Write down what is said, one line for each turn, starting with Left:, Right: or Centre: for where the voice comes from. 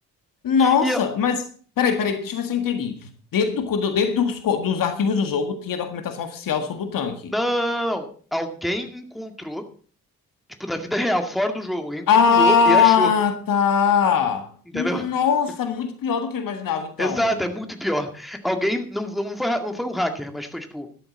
Left: Nossa,
Centre: E
Left: mas peraí, peraí, deixa eu ver se eu entendi. Dentro, do, co- do- dentro dos, co- dos arquivos do jogo tinha documentação oficial sobre o tanque.
Centre: Não, não, não, não. Alguém encontrou, tipo, na vida real, fora do jogo, alguém procurou
Left: Ah,
Centre: e achou.
Left: tá.
Centre: Entendeu?
Left: Nossa,
Centre: <laughs>
Left: muito pior do que eu imaginava, então.
Centre: Exato, é muito pior. Alguém, não, não foi, ha- não foi um hacker, mas foi tipo,